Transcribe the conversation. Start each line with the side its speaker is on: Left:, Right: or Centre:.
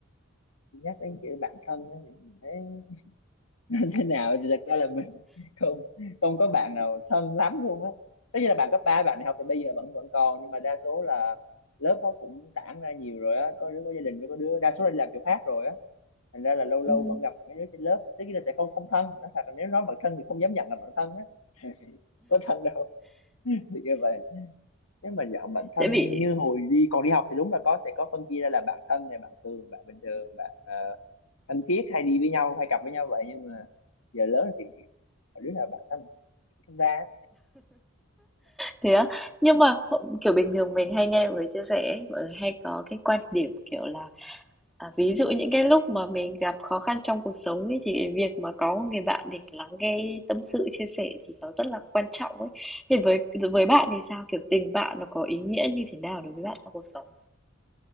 Left: nhắc đến chữ bạn thân á thì mình thấy <laughs> nó thế nào thì thật ra là mình <laughs> không không có bạn nào thân lắm luôn á tất nhiên là bạn cấp ba bạn đại học thì bây giờ vẫn vẫn còn nhưng mà đa số là lớp nó cũng tản ra nhiều rồi á có đứa có gia đình với có đứa đa số là đi làm chỗ khác rồi á thành ra là lâu lâu
Centre: Ừm,
Left: vẫn gặp mấy đứa trên lớp tất nhiên là sẽ không không thân nói thật là nếu nói bạn thân thì không dám nhận là bạn thân á <laughs> có thân đâu <laughs> thì như vậy nếu mà dạng bản thân
Centre: tại vì
Left: như hồi đi còn đi học thì đúng là có sẽ có phân chia ra là bạn thân này bạn thường bạn bình thường bạn ờ, thân thiết hay đi với nhau hay cặp với nhau vậy nhưng mà giờ lớn thì thì đứa nào bạn thân không ra á.
Centre: thế á, nhưng mà h kiểu, bình thường mình hay nghe mọi người chia sẻ ấy, mọi người hay có cái quan điểm, kiểu là, à, ví dụ những cái lúc mà mình gặp khó khăn trong cuộc sống ấy, thì cái việc mà có một người bạn để lắng nghe tâm sự, chia sẻ thì nó rất là quan trọng ấy. Thì với với bạn thì sao? Kiểu, tình bạn nó có ý nghĩa như thế nào đối với bạn trong cuộc sống?